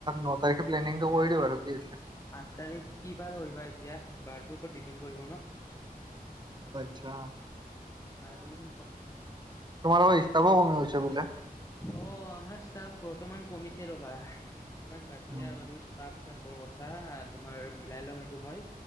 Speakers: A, on the right; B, on the left.
A: ন তাৰিখে প্লেনিংটো কৰি দি আৰু কি আছে
B: আঠ তাৰিখ কি বাৰ হৈ বা এতিয়া বাৰটোৰ ওপৰত ডিপেণ্ড কৰিব ন
A: অচ্ছা
B: আহ তুমি চোন কোৱা
A: তোমাৰ হি <unintelligible> বোলে
B: অ আমাৰ ষ্টাফ বৰ্তমান কমিছে ৰ'বা সেইবিলাক বাদ
A: উম,
B: দিয়া বাৰু ষ্টাফ সৰু কথা তোমাৰ মিলাই ল'ম সেইটো মই